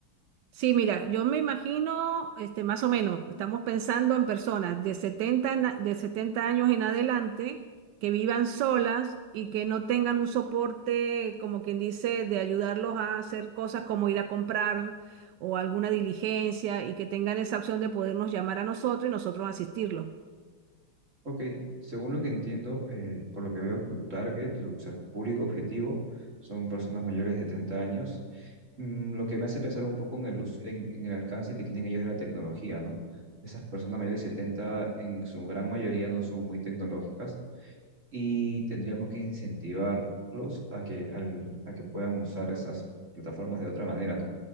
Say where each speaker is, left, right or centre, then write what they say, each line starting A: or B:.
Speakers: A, on the right; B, on the right.
A: Sí, mira, yo me imagino, este, más o menos, estamos pensando en personas de setenta na- de 70 años en adelante que vivan solas y que no tengan un soporte, como quien dice, de ayudarlos a hacer cosas como ir a comprar o alguna diligencia y que tengan esa opción de podernos llamar a nosotros y nosotros asistirlos.
B: Ok, según lo que entiendo, eh, por lo que veo, tu target, tu- o sea, tu público objetivo son personas mayores de 70 años, Mm, lo que me hace pensar un poco en el, us- en, en el alcance que tienen ellos de la tecnología, ¿no? Esas personas mayores de 70 en su gran mayoría no son muy tecnológicas y tendríamos que incentivarlos a que, al- a que puedan usar esas plataformas de otra manera, ¿no?